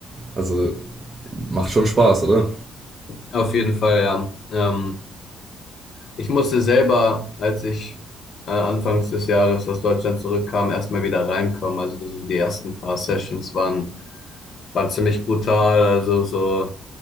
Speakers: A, on the right (about 25°); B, on the left (about 50°).
A: also macht schon Spaß, oder?
B: Auf jeden Fall, ja. Ähm, Ich musste selber, als ich äh, anfangs des Jahres aus Deutschland zurückkam, erstmal wieder reinkommen. Also so die ersten paar Sessions waren, waren ziemlich brutal. Also so,